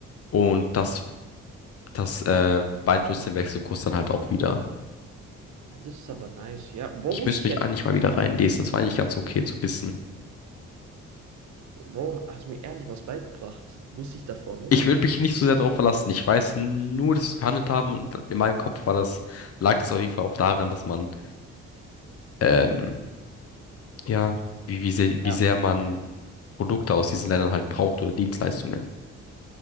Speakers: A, on the left; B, on the right.
A: Und das, das äh, beeinflusst den Wechselkurs dann halt auch wieder.
B: Ja, Das ist aber nice, ja. Bro,
A: Ich
B: wusste
A: müsste
B: ich
A: mich
B: ehrlich,
A: eigentlich mal wieder reinlesen. Das war eigentlich ganz okay zu wissen.
B: Bro, hast mir ehrlich was beigebracht. Wusste ich davon nicht?
A: Ich würde mich nicht so sehr darauf verlassen. Ich weiß nur, dass wir es behandelt haben und in meinem Kopf war das, lag das auf jeden Fall auch daran, dass man ähm, Ja, wie, wie, sehr wie
B: Ja.
A: sehr man Produkte aus diesen Ländern halt braucht oder Dienstleistungen.